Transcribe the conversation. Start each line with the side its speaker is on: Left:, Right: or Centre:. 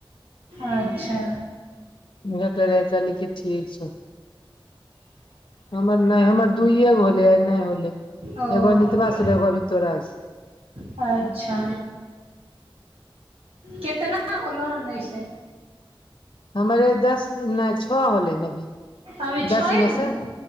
Right: अच्छा।
Left: उहे कहलिया कहिली कि ठीक छौ हमर नहि हमर दुइए गो होलेया नहि होलै
Right: ओ
Left: एगो अनितवास होलै एगो अभि तोरा सँ
Right: अच्छा केतना होलो ओनै सँ।
Left: हमरे दस नहि छओ होलै हन अभी
Right: अभी
Left: दस
Right: छए
Left: मे से
Right: गो होलो।